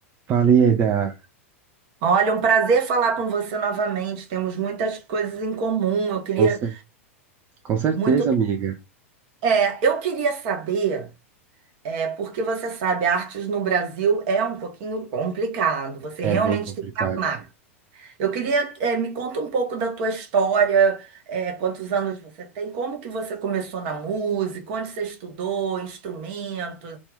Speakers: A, on the right; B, on the right.
A: Falei da...
B: Olha, um prazer falar com você novamente. Temos muitas coisas em comum. Eu queria
A: Com cer- com certeza,
B: muito.
A: amiga.
B: É, eu queria saber, é, porque você sabe, artes no Brasil é um pouquinho complicado. Você
A: É
B: realmente
A: bem complicado.
B: tem que amar. Eu queria, é, me conta um pouco da tua história, é, quantos anos você tem, como que você começou na música, onde você estudou, instrumentos.